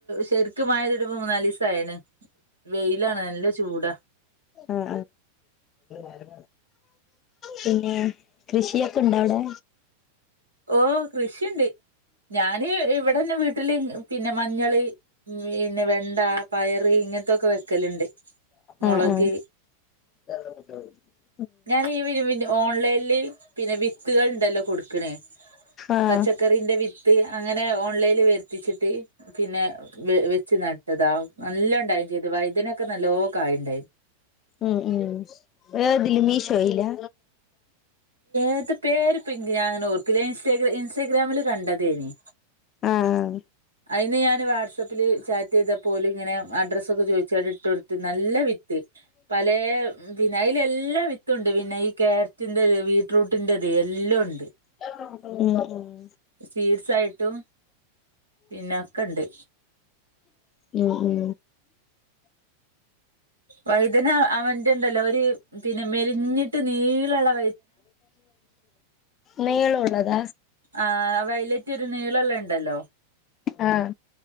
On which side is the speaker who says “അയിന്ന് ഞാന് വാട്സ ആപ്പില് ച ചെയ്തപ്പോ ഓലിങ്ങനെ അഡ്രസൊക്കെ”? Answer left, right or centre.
Right